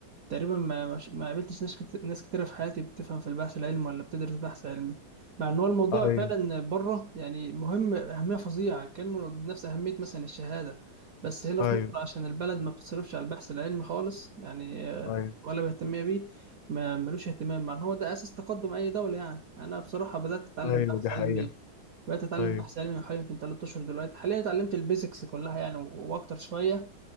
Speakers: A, on the right (about 65°); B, on the left (about 75°).
A: تقريبا ما ما ش- ما قابلتش ناس كت- ناس كتيرة في حياتي بتفهم في البحث العلمي ولا بتدرس بحث علمي مع ان هو الموضوع
B: ايوه
A: فعلا بره يعني مهم اهمية فظيعة كانه بنفس اهمية مثلا الشهادة بس هنا
B: ايوه
A: في مصر عشان البلد ما بتصرفش على البحث العلمي خالص يعني آه،
B: ايوه
A: ولا مهتمية بيه ما ملوش اهتمام مع ان هو ده اساس تقدم اي دولة يعني انا بصراحة بدأت اتعلم
B: ايوه
A: بحث
B: دي
A: علمي
B: حقيقة
A: بدأت اتعلم
B: ايوه
A: بحث علمي من حوالي يمكن 3 اشهر دلوقتي حاليا اتعلمت البيزكس كلها يعني و- واكتر شوية